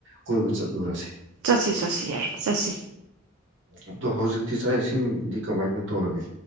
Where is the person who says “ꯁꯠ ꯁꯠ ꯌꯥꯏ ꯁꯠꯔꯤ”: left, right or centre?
Right